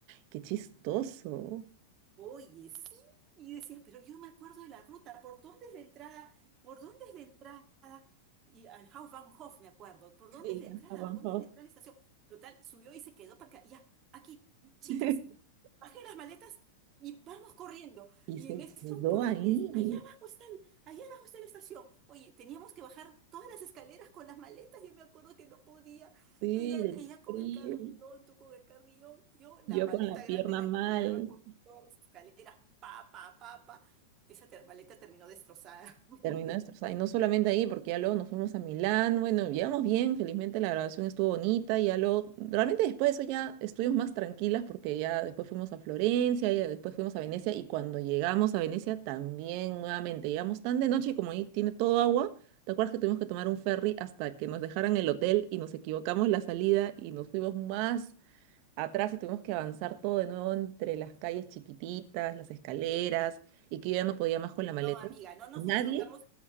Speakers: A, on the right; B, on the right.
A: ¡Qué chistoso!
B: Oye, sí, y decía, pero yo me acuerdo de la ruta, ¿por dónde es la entrada? ¿Por dónde es la entrada? Y al Hauptbahnhof me acuerdo, ¿por
A: Sí,
B: dónde es la entrada?
A: a Van
B: ¿Por dónde
A: Gogh.
B: es la entrada a la estación? Total, subió y se quedó para acá, ya, aquí, chicas,
A: <laughs>
B: bajé las maletas y vamos corriendo.
A: Y
B: Y
A: se
B: en eso,
A: quedó
B: ¿por
A: ahí,
B: dónde es? Allá abajo está, el- allá abajo está la estación. Oye, teníamos que bajar todas las escaleras con las maletas, yo me acuerdo que no podía.
A: sí,
B: Ella,
A: del
B: ella con
A: frío.
B: el carrillón, tú con el carrillón, yo la
A: Yo
B: maleta
A: con la
B: grande
A: pierna
B: la
A: mal.
B: jalaba todas escaleras, pa, pa, pa, pa. Esa ter- maleta terminó destrozada. <laughs>
A: Terminó destrozada. Y no solamente ahí, porque ya luego nos fuimos a Milán. Bueno, llegamos bien, felizmente la grabación estuvo bonita. Y ya luego, realmente después de eso ya estuvimos más tranquilas porque ya después fuimos a Florencia, y después fuimos a Venecia. Y cuando llegamos a Venecia también nuevamente, llegamos tan de noche y como ahí tiene todo agua, ¿te acuerdas que tuvimos que tomar un ferry hasta que nos dejaran el hotel y nos equivocamos la salida y nos fuimos más atrás y tuvimos que avanzar todo de nuevo entre las calles chiquititas, las escaleras y que yo ya no podía más con la
B: No,
A: maleta?
B: amiga, no nos
A: Nadie
B: equivocamos